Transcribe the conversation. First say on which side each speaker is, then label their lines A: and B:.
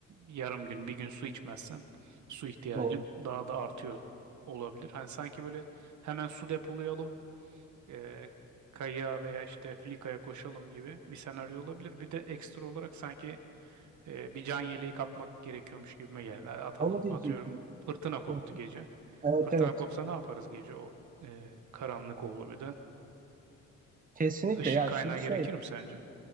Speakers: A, on the right; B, on the right.
A: yarım gün bir gün su içmezsen su ihtiyacın
B: Doğru.
A: daha da artıyor olabilir. Hani sanki böyle hemen su depolayalım e, kayığa veya işte filikaya koşalım gibi bir senaryo olabilir. Bir de ekstra olarak sanki e, bir can yeleği kapmak gerekiyormuş gibime geldi. Hadi Atalım,
B: Onu diyecektim.
A: atıyorum. Fırtına koptu
B: Hı hı.
A: gece.
B: Evet
A: Fırtına
B: evet.
A: kopsa ne yaparız gece o e, karanlık oldu bir de.
B: Kesinlikle
A: Işık
B: ya
A: kaynağı
B: şimdi
A: gerekir
B: şey
A: mi sence?